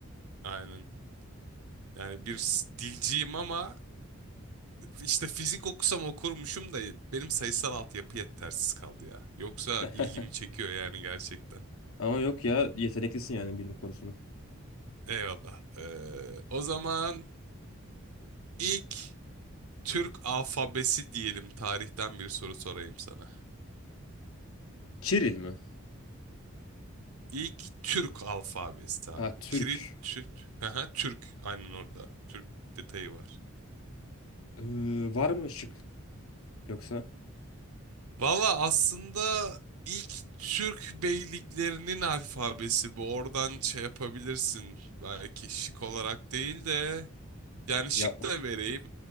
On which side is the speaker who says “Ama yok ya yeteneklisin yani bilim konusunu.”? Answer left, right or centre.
Left